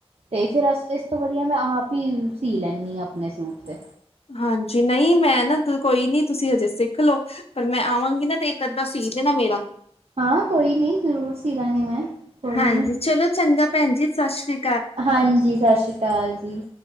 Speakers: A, on the right; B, on the left.
A: 'ਤੇ ਫਿਰ ਅਸ ਇਸ ਤੋਂ ਵਧੀਆ ਮੈਂ ਆਪ ਈ ਸੀ ਲੈਂਨੀ ਆ ਆਪਣੇ ਸੂਟ 'ਤੇ।
B: ਹਾਂਜੀ ਨਈ ਮੈਂ ਨਾ ਤੇ ਕੋਈ ਨੀ ਤੁਸੀਂ ਹਜੇ ਸਿੱਖ ਲੋ। ਪਰ ਮੈਂ ਆਵਾਂਗੀ ਨਾ 'ਤੇ ਇੱਕ ਅੱਧਾ ਸੀ ਦੇ ਨਾ ਮੇਰਾ।
A: ਹਾਂ ਕੋਈ ਨੀ ਜ਼ਰੂਰ ਸੀ ਦਾਂਗ਼ੀ ਮੈਂ ਕੋਈ
B: ਹਾਂਜੀ
A: ਨੀ।
B: ਚਲੋ ਚੰਗਾ ਭੈਣ ਜੀ ਸਤਿ ਸ਼੍ਰੀ
A: ਹਾਂਜੀ ਸਤਿ ਸ਼੍ਰੀ ਅਕਾਲ ਜੀ।